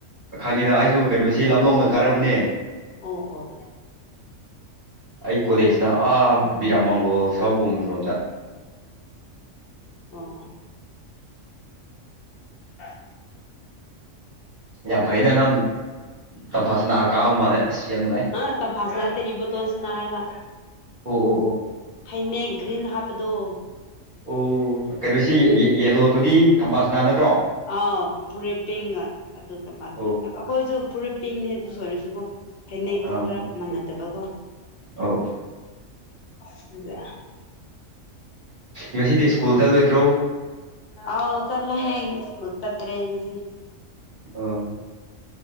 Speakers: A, on the right; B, on the left.
A: ꯈꯪꯉꯤꯗ ꯑꯩꯁꯨ ꯀꯩꯅꯣꯁꯤ ꯂꯝꯂꯧꯗ ꯀꯥꯔꯛꯄꯅꯦ
B: ꯑꯣ ꯑꯣ
A: ꯑꯩ ꯀꯣꯂꯦꯖꯅ ꯑꯥ ꯕꯤꯔꯥ ꯃꯪꯒꯣꯜ ꯁꯍꯥꯎꯕꯨꯡ ꯔꯣꯝꯗ
B: ꯑꯣ ꯑꯣ ꯑ
A: ꯌꯥ ꯐꯩꯅꯅ ꯇꯝꯐꯥꯁꯤ ꯅꯥꯔꯒ ꯀꯥꯕ ꯃꯥꯜꯂꯦ ꯑꯁ ꯌꯥꯝ ꯅꯨꯡꯉꯥꯏ
B: ꯑ ꯇꯝꯐꯥꯁꯅꯥ ꯅꯠꯇꯦ ꯏꯕꯣꯇꯣꯟ ꯁꯅꯥ ꯍꯥꯏꯕ
A: ꯑꯣ ꯑꯣ ꯑꯣ
B: ꯐꯩꯅꯦꯛ ꯭ꯔꯤꯟ ꯍꯥꯞꯗꯨꯣ
A: ꯑꯣ ꯀꯩꯅꯣꯁꯤ ꯌꯦꯂꯣꯗꯨꯗꯤ ꯊꯝꯕꯥꯁ ꯅꯥ ꯅꯗ꯭ꯔꯣ
B: ꯑꯥꯎ ꯐꯨꯔꯤꯠ ꯄꯤꯡ ꯑꯗꯨꯗ
A: ꯑꯣ
B: ꯑꯩꯈꯣꯏꯁꯨ ꯐꯨꯔꯤ ꯄꯤꯡꯅꯦꯦ ꯑꯗꯨꯁꯨ ꯑꯣꯏꯔꯁꯨꯀꯣ ꯐꯅꯦꯛꯇꯣ
A: ꯑꯥ
B: ꯈꯔ ꯃꯥꯟꯅꯗꯕꯀꯣ
A: ꯑꯧ
B: ꯑꯗꯨꯗ
A: ꯉꯁꯤꯗꯤ ꯁ꯭ꯀꯨꯜ ꯆꯠꯂꯣꯏꯗ꯭ꯔꯣ
B: ꯑ ꯆꯂꯣ ꯍꯌꯦ ꯁ ꯆꯠꯇꯔꯦ ꯁꯤ
A: ꯑꯣ